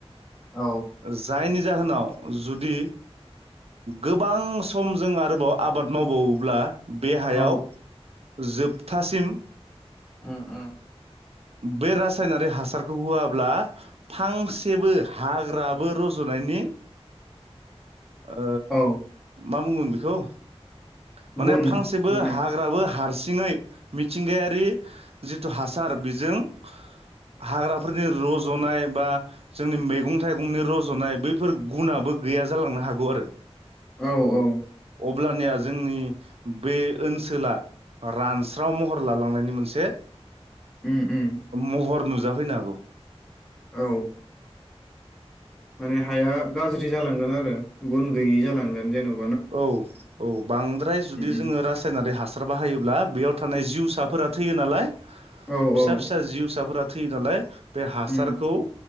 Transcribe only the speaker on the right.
जायनि जाहोनाव जुदि गोबां सम जों आरोबाव आबाद मावबाववोब्ला बे हायाव
जोब थासिम।
बे रासायनारि हासारखौ होआब्ला फांसेबो हाग्राबो रज'नायनि ओ
मा बुंगोन बेखौ माने
फांसेबो
हाग्राबो हारसि थिङै मिथिंगायारि जिथु हासार बि जों हाग्राफोरनि रज'नाय बा जोंनि मैगं थाइगंनि रज'नाय बैफोर गुनाबो गैया जालांनो हागौ आरो
अब्लानिया जोंनि बे ओनसोला रानस्राव महर लालांनायनि मोनसे
महर नुज जाफै नो हागौ।
औ औ बांद्राय जुदि जोङो
रासायनारि हासा बाहायोब्ला बेयाव थानाय जिउसाफोरा थैयो नालाय ।
फिसा
फिसा जिउ साफोरा थैयो नालाय। बे हासारखौ